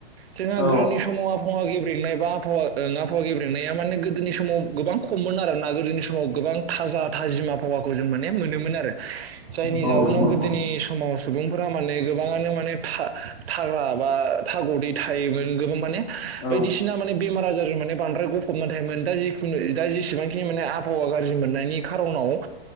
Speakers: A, on the right (about 75°); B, on the left (about 30°).
A: जोंहा
B: औ
A: गोदोनि समाव आबहावा गेब्रेनाय बा आबहावाल आ फावा गेब्रेंनाया माने गोदोनि समाव गोबां खममोन आरोना गोदोनि समाव गोबां थाजा थाजिमा हवाखौ जों माने मोनोमोन आरो जायनि
B: औ
A: जाउनाव
B: नंगौ नंगौ
A: गोदोनि समाव सुबुंफोरा माने गोबाङानो माने थाग्रा बा थागदै थायोमोन गोबां माने
B: औ
A: बायदिसिना माने बेमार आजारजों माने बांद्राय गफबनानै थायोमोन दा जिखुनु दाेसेबांखिनि माने आबहावा गाज्रि ज्रि मोन्नायनि खारनाव ओ